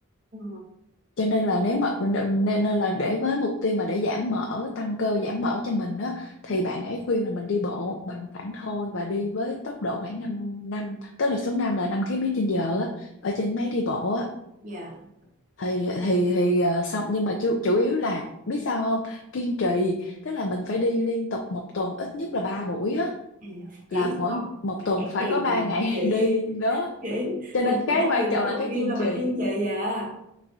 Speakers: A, on the right; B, on the left.
A: ừ,
B: cho nên là nếu mà nên nên là để với mục tiêu mà để giảm mỡ tăng cơ giảm mỡ cho mình á thì
A: ừ,
B: bạn ấy khuyên là mình đi bộ bằng phẳng thôi và đi với tốc độ khoảng 5 năm tức là số 5 là 5 km trên giờ á ở trên máy đi bộ á
A: dạ
B: thì thì thì ờ, xong nhưng mà chủ, chủ yếu là biết sao không kiên trì tức là mình phải đi liên tục một tuần ít nhất là 3 buổi á
A: Ừ.
B: là
A: Chị biết
B: mỗi
A: sao không?
B: một
A: Mình
B: tuần
A: trả
B: phải
A: tiền
B: có 3
A: là mình
B: ngày
A: chị
B: <laughs> đi đó
A: chị
B: cho
A: mình
B: nên cái
A: trả
B: quan
A: tiền
B: trọng
A: cho
B: là
A: còn
B: cái
A: view
B: kiên
A: là
B: trì
A: mình kiên trì à